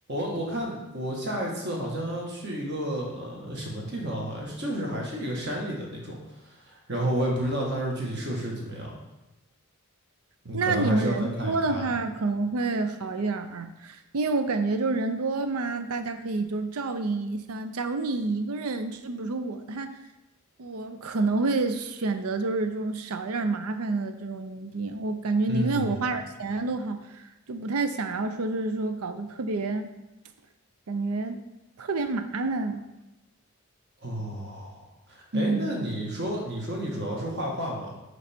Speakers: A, on the right; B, on the right.
A: 我看我下一次好像要去一个呃什么地方，好像是就是还是一个山里的那种，然后我也不知道它是具体设施怎么样，你可能还是要再看一看。
B: 那你们人多的话可能会好一点儿，因为我感觉就是人多嘛，大家可以就是照应一下。假如你一个人，就比如说我，他我可能会选择就是这种少一点儿麻烦的这种营地，我感觉宁愿我花点儿钱都好，
A: 嗯，
B: 就不太想要说就是说搞得特别，感觉特别麻烦，
A: 哦，哎，
B: 嗯。
A: 那你说你说你主要是画画吗？